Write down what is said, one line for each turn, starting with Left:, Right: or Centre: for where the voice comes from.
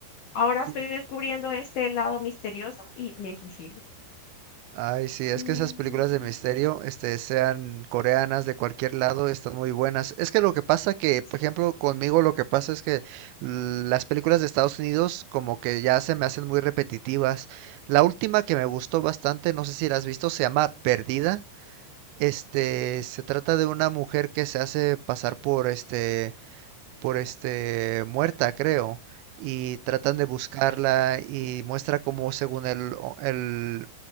Left: Ahora
Right: Sí,
Left: estoy descubriendo este lado misterioso y me fascina.
Right: Ay, sí, es
Left: Mm,
Right: que esas películas de misterio, este, sean coreanas, de cualquier lado, están muy buenas. Es que lo que pasa que,
Left: sí,
Right: por ejemplo,
Left: sí, sí.
Right: conmigo lo que pasa es que l- las películas de Estados Unidos como que ya se me hacen muy repetitivas. La última que me gustó bastante, no sé si la has visto, se llama Perdida. Este, se trata de una mujer que se hace pasar por este por este muerta, creo, y tratan de buscarla y muestra cómo según el, o- el